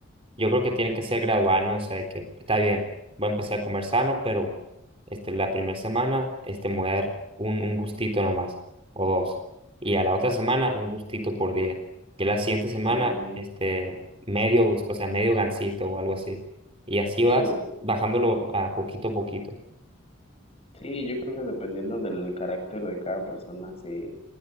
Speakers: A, on the right; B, on the left.
A: Yo creo que tiene que ser gradual, ¿no? O sea, de que está bien, voy a empezar a comer sano, pero este, la primera semana este, me voy a dar un, un gustito nomás, o dos. Y a la otra semana un gustito por día. Y a la siguiente semana,
B: Sí,
A: este, medio gusto, o sea, medio gansito o algo así. Y así
B: sí,
A: vas bajándolo a poquito a poquito.
B: sí, yo creo que dependiendo del carácter de cada persona, sí.